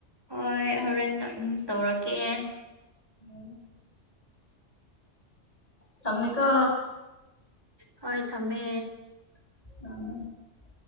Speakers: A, on the right (about 20°); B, on the left (about 30°).
A: ꯍꯣꯏ ꯍꯣꯔꯦꯟ ꯑꯃꯨꯛ ꯇꯧꯔꯛꯀꯦ
B: ꯎꯝ ꯊꯝꯃꯦ ꯀꯣ
A: ꯍꯣꯏ ꯊꯝꯃꯦ
B: ꯑ